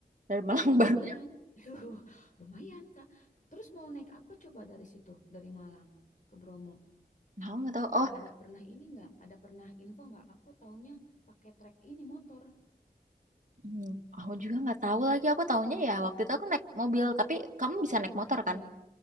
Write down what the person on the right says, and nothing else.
dari Malang <laughs>
Baru?
Aku nggak tahu.
Oh,
hmm, aku juga nggak tahu lagi. Aku taunya ya waktu itu aku naik mobil, tapi kamu bisa naik motor kan?